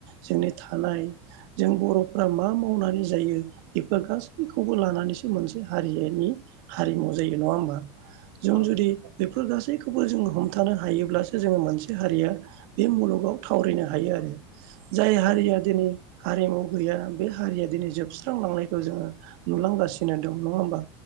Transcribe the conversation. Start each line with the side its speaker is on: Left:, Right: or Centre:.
Right: जोंनि थानाय जों बर'फ्रा मा मावनानै जायो बेफोर। गासैखौबो लानानैसो। मोनसे हारिनि हारिमु जायो नङा होमबा जों
Left: औ नोंथां
Right: जुदि बेफोर गासैखौ खौबो जोङो हमथानो हायोब्लासो जोङो मोनसे हारिया बे मुलुगाव थावरिनो हायो आरो। जाय हारिया
Left: औ
Right: दिनै हारिमु गैया बे हारिया दिनै जोबस्रांलांनायखौ जोङो नुलांगासिनो। दं नङा होमबा